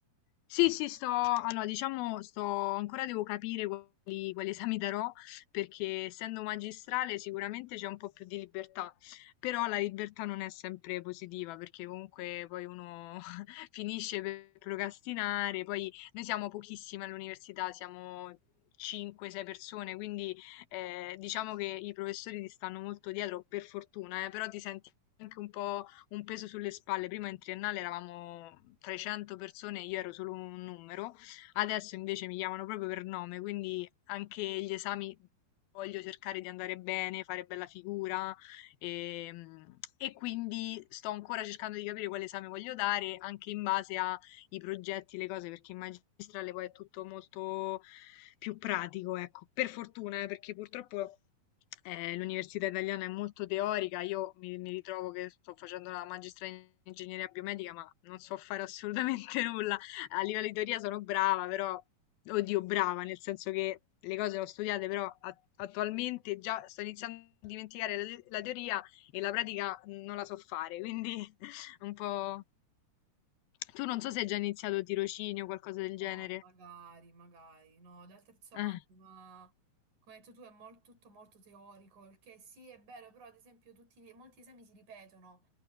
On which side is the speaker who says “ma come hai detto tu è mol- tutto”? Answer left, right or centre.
Right